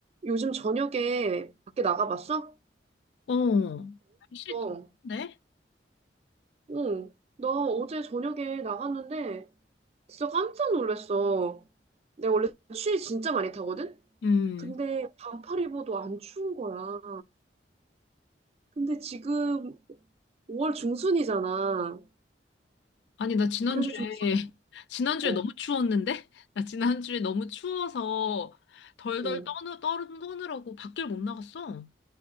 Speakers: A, on the right; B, on the left.
A: 요즘 저녁에 밖에 나가봤어?
B: 어, 날씨
A: 어.
B: 덥네?
A: 응. 나 어제 저녁에 나갔는데 진짜 깜짝 놀랐어. 내가 원래 추위 진짜 많이 타거든?
B: 음.
A: 근데 반팔 입어도 안 추운 거야. 근데 지금 5월 중순이잖아.
B: 아니, 나 지난주에,
A: 그래서
B: <laughs>
A: 좀
B: 지난주에
A: 서러워.
B: 너무 추웠는데? <laughs> 나 지난주에 너무 추워서 덜덜
A: 응.
B: 떠느, 떠, 떠느라고 밖을 못 나갔어.